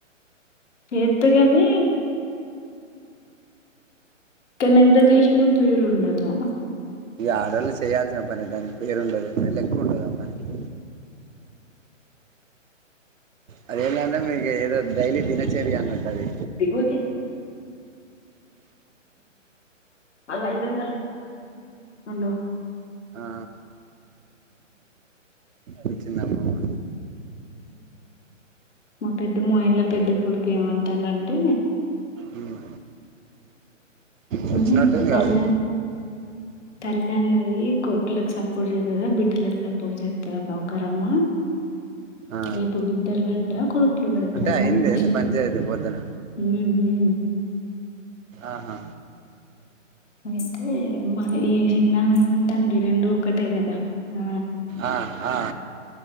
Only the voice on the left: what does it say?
చెత్త గాని కానీ ఎంత చేసిన పేరుండదరా
ఎగువకే అలా ఐదు వందలు. హలో
మా పెద్ద మావయ్య వల్ల పెద్ద కొడుకి ఏమంటానంటే
ఉమ్, తల్లి
అన్న తల్లి అన్నది కొడుకులకి సపోర్ట్ చేతదా బిడ్లకి సపోర్ట్ చేస్తాద అన్నావ్ డ మ్మ
లేేటు బిడ్డలకు పెడతారా కొడుకులకు పెడతారా
నోటిన
ఉమ్ ఉమ్
అయితే మరి ఈ చిన్నమ ఏం అంటంది రెండు ఒక్కటే కదా ఆ